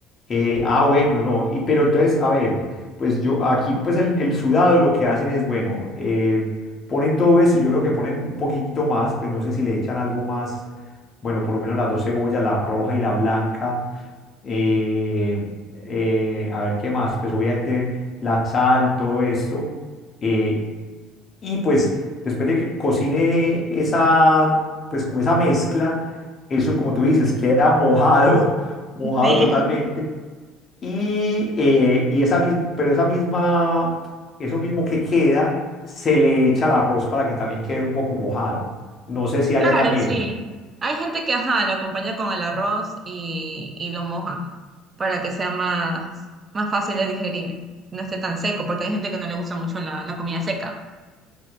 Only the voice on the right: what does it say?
Sí,
<laughs>
claro,
sí. Hay gente que, ajá, lo acompaña con el arroz y, y lo moja. para que sea más, más fácil de digerir, no esté tan seco, porque hay gente que no le gusta mucho la, la comida seca.